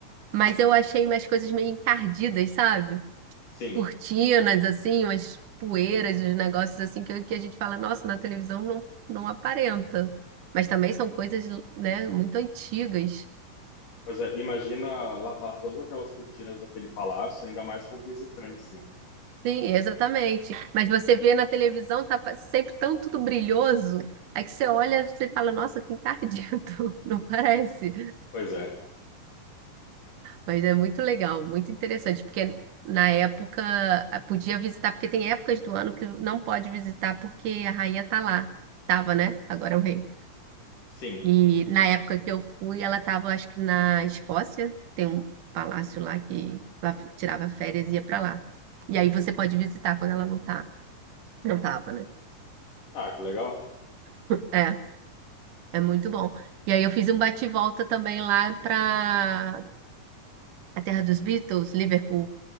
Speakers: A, on the right; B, on the left.
A: mas eu achei umas coisas meio encardidas, sabe?
B: Sim.
A: Cortinas, assim, umas poeiras, uns negócios assim que, que a gente fala, nossa, na televisão não, não aparenta. Mas também são coisas, né, muito antigas.
B: Pois é, imagina lavar todas aquelas cortinas daquele palácio, ainda mais com visitantes, né?
A: Sim, exatamente. Mas você vê na televisão, tá pa- sempre tão tudo brilhoso. Aí que você olha, você fala, nossa, que encardido, <laughs> não parece.
B: Pois é.
A: Mas é muito legal, muito interessante, porque na época ah, podia visitar, porque tem épocas do ano que não pode visitar porque a rainha tá lá. Tava, né? Agora é o rei.
B: Sim.
A: E na época que eu fui, ela tava, acho que na Escócia, tem um palácio lá que ela fi- tirava férias e ia pra lá. E aí você pode visitar quando ela não tá, não tava, né?
B: Ah, que legal.
A: É. É muito bom. E aí eu fiz um bate-volta também lá para a terra dos Beatles, Liverpool.